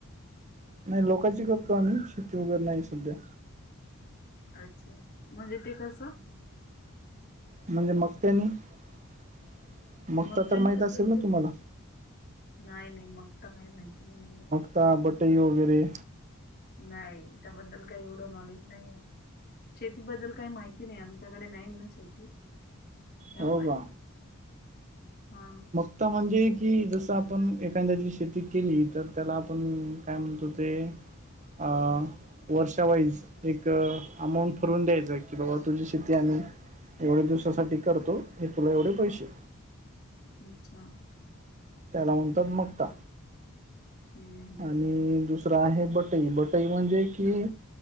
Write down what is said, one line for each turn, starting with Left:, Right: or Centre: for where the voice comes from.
Right: नाही लोकांची करतो आम्ही, शेती वगैरे नाही सध्या.
Left: अच्छा म्हणजे ते कसं?
Right: म्हणजे मग त्यांनी <unintelligible>
Left: मगतानी
Right: तर माहित
Left: कसं
Right: असेल
Left: असते
Right: ना
Left: बरं?
Right: तुम्हाला.
Left: नाही नाही, मग तर काही माहिती नाही एवढं.
Right: त्या बटई वगैरे.
Left: नाही त्याबद्दल काही एवढं नॉलेज नाही आहे. शेतीबद्दल काही माहिती नाही, आमच्याकडे नाही ना शेती. त्यामुळे
Right: हो का?
Left: हा
Right: आता म्हणजे की जसं आपण एखांद्याची शेती केली तर त्याला आपण काय म्हणतो ते अ वर्षावाईज एक अमाऊंट ठरवून द्यायचं की बाबा तुझी शेती आम्ही एवढ्या दिवसासाठी करतो, हे तुला एवढे पैसे
Left: अच्छा
Right: त्याला म्हणतात मगता.
Left: हम्म हम्म
Right: आणि दुस दुसरा आहे बटई, बटई म्हणजे कि